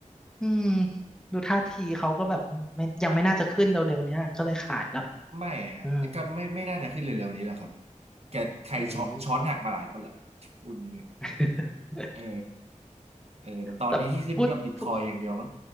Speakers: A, in the centre; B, on the right (about 50°).
A: อืมดูท่าทีเขาก็แบบไม่ยังไม่น่าจะขึ้นเร็วๆเนี้ยก็เลยขายแล้ว
B: ไม่อะก็ไม่ไม่น่าจะขึ้นเร็วๆนี้แล้วครับ
A: อืม <laughs>
B: แกใครช้อนช้อนหักมาหลายคนละ
A: อืม
B: พูดนี้เลย
A: <laughs>
B: เออเออแต่ตอนนี้ที่ขึ้นก็บิตคอยอย่างเดียวมั้ง
A: แต่พูดพูด